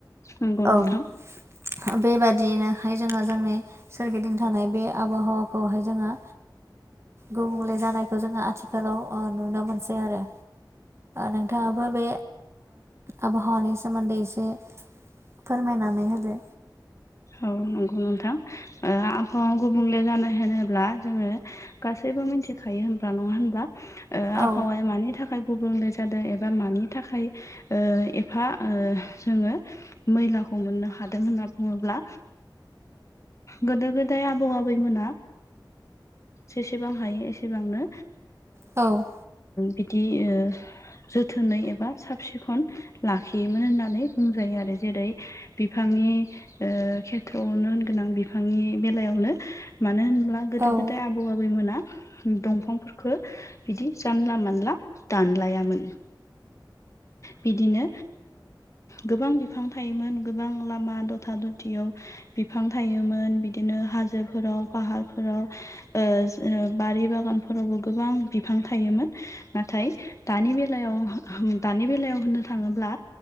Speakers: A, on the left; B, on the right.
A: नंगौ नोंथां
B: औ बेब दिनोहाय जोङो जोंनि सोरगिदिं थानाय बे आबहावाखौहाय जोङो गुबुंले जानायखौ जोङो आथिखालाव नुनो मोनसै आरो नोंथाङाबो बे आबहावानि सोमोन्दै एसे फोरमायनानै होदो
A: औ नंगौ नोंथां आबहावा गुबुंले जानो होनोब्ला जोङो गासैबो मिथिखायो होनब्रा नङा होनब्ला आबहावाया
B: औ
A: मानि थाखाय गुबुंले जादों एबा मानि थाखाय एफा जोङो मैलाखौ मोननो हादों होनना बुङोब्ला गोदो गोदाय आबौ आबैमोना जेसेबां हायो एसेबांनो
B: औ
A: बिदि जोथोनै एबा साब सिखन लाखियोमोन होननानै बुंजायो आरो जेरै बिफांनि ओ खेथ्रआवनो होनगोनां बिफांनि बेलायावनो मानो होनब्ला गोदो
B: औ
A: गोदाय आबौ आबैमोना दंफांफोरफोरखौ बिदि जानला मानला दानलायामोन बिदिनो गोबां बिफां थायोमोन गोबां लामा दथा दथियाव बिफां थायोमोन बिदिनो हाजोफोराव फाहारफोराव ओ बारि बागानफोरावबो गोबां बिफां थायोमोन नाथाय दानि बेलायाव दानि बेलायाव होननो थाङोब्ला